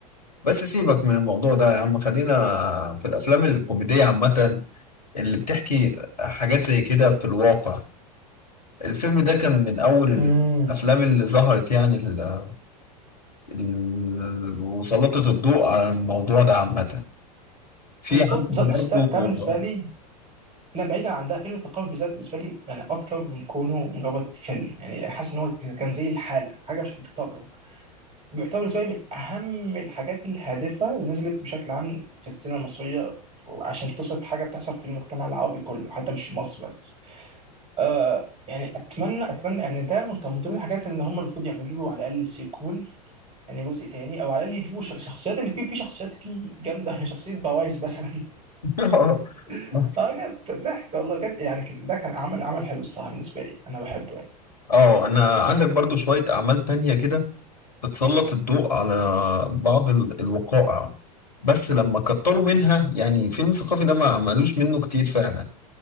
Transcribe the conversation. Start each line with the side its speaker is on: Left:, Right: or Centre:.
Left: بس سيبك من الموضوع ده يا عم خلينا في الأفلام الكوميدية عامة اللي بتحكي حاجات زي كده في الواقع الفيلم ده كان من أول
Right: امم
Left: الأفلام اللي ظهرت يعني ال- ال- وسلطت الضوء على الموضوع ده عامة في
Right: بالظبط
Left: عندك
Right: بالظبط أصل
Left: برضو
Right: ده, ده بالنسبة لي لا بعيدا عن ده فيلم ثقافي بالذات بالنسبة لي يعني اكتر من كونه مجرد فيلم يعني حاسس ان هو كان زي الحالة حاجة مش هتتكرر بيعتبر بالنسبه لي من اهم الحاجات الهادفه اللي نزلت بشكل عام في السينما المصريه ف- عشان تصف حاجه بتحصل في المجتمع العربي كله حتى مش في مصر بس آه يعني اتمنى اتمنى يعني ده من كان من ضمن الحاجات ان هم المفروض يعملوا له على الاقل سيكول يعني جزء تاني او على الاقل يجيبوا ش- شخصيات اللي فيه في شخصيات فيه جامده <laughs> شخصيه بوايز مثلا <laughs>
Left: <laughs>
Right: اه بجد ضحك والله بجد يعني كان ده كان عمل عمل حلو الصراحه بالنسبه لي انا بحبه يعني
Left: اه انا عندك برضو شوية اعمال تانية كده بتسلط الضوء على بعض ال- الوقائع بس لما كتروا منها يعني فيلم ثقافي ده ما عملوش منه كتير فعلا